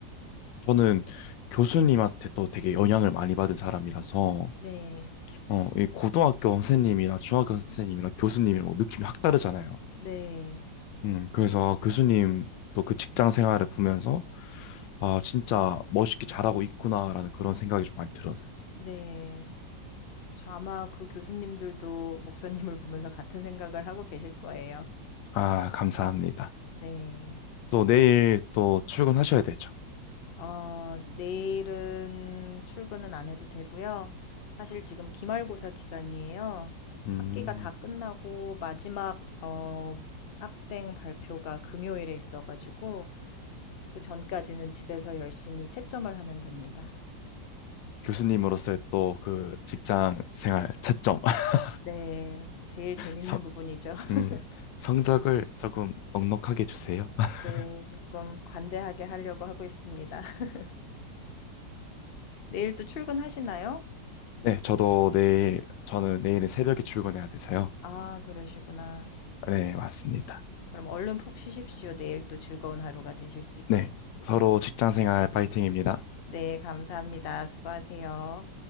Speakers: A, on the left (about 85°); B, on the left (about 65°).
A: 저는 교수님한테 또 되게 영향을 많이 받은 사람이라서
B: 네.
A: 어, 이 고등학교 선생님이나 중학교 선생님이나 교수님이 뭐 느낌이 확 다르잖아요.
B: 네.
A: 음, 그래서 아, 교수님 또 그 직장 생활을 보면서 아, 진짜 멋있게 잘하고 있구나라는 그런 생각이 좀 많이 들어요.
B: 네. 그쵸. 아마 그 교수님들도 목사님을 보면서 같은 생각을 하고 계실 거예요.
A: 아, 감사합니다.
B: 네.
A: 또 내일 또 출근하셔야 되죠.
B: 어, 내일은 출근은 안 해도 되고요. 사실 지금 기말고사 기간이에요.
A: 음,
B: 학기가 다 끝나고 마지막 어, 학생 발표가 금요일에 있어가지고 그 전까지는 집에서 열심히 채점을 하면 됩니다.
A: 교수님으로서의 또 그 직장 생활 채점, <laughs>
B: 네. 제일 재밌는
A: 성,
B: 부분이죠. <laughs>
A: 음, 성적을 조금 넉넉하게 주세요. <laughs>
B: 네. 조금 관대하게 하려고 하고 있습니다. <laughs> 내일 또 출근하시나요?
A: 네, 저도 내일, 저는 내일은 새벽에 출근해야 돼서요.
B: 아, 그러시구나.
A: 네,
B: 네.
A: 맞습니다.
B: 그럼 얼른 푹 쉬십시오. 내일 또 즐거운 하루가 되실 수 있게.
A: 네, 서로 직장 생활 파이팅입니다.
B: 네, 감사합니다. 수고하세요.